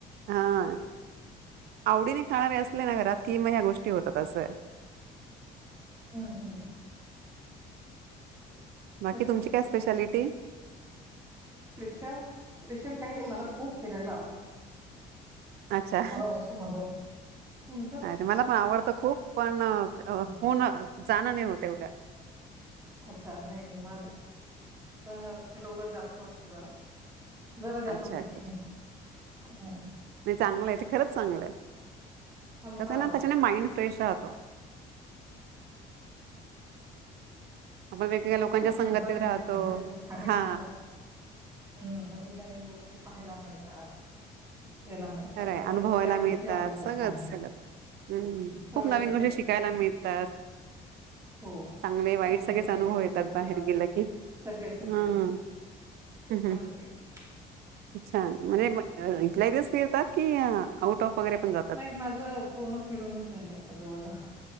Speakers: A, on the right (about 70°); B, on the right (about 15°).
A: हां आवडीने खाणारे असले ना घरात कि म ह्या गोष् टी होतात असाय.
B: हम्म हम्म
A: बाकी
B: तेच
A: तुमची
B: तर.
A: काय स्पेशालिटी?
B: स्पेशल स्पेशल काइनाइ मला खूप फिरायला आवड
A: अच्छा.
B: असतो माझा तुमचा
A: अरे मला पण आवडत खूप पण होणं
B: हं.
A: जाणं नइ होत एवढं.
B: अच्छा नाई माझा <unintelligible> जास्त असतो जरा. जरा
A: अच्छा
B: जास्तच
A: अच्छा,
B: आहे हं.
A: चांगलंय ते खरंच चांगलंय.
B: मला
A: कसा
B: फार
A: आहेना.
B: आवडते.
A: त्याच्याने माइंड फ्रेश राहतो. आपण वेगवेगळ्या लोकांच्या संगतीत
B: म्हणतात
A: राहतो
B: ना बाहेर <unintelligible>
A: हा
B: हम्म नवीन नवीन गोष्टी पाहायला मिळतात. याला मिळतात.
A: खरंय
B: असं
A: अनुभवायला
B: त्या गोष्टी
A: मिळतात
B: आवडतात
A: सगळंच
B: मला.
A: सगळंच हम्म
B: सगळंच
A: खूप नवीन
B: येतं
A: म्हणजे
B: त्याच्यामध्ये.
A: शिकायला मिळतात.
B: हो
A: चांगले वाईट
B: कोण
A: सगळे
B: कसं,
A: अनुभव
B: कोण
A: येतात
B: कसं
A: बाहेर गेल की
B: सगळे सगळे
A: हं. हम्म
B: छानपैकी.
A: हं छान म्हंणजे, इथल्या इथच फिरता कीं आउट ऑफ वगैरे पण जातात
B: नाई माझं पूर्ण फिरूनच झालंय आता जवळजवळ.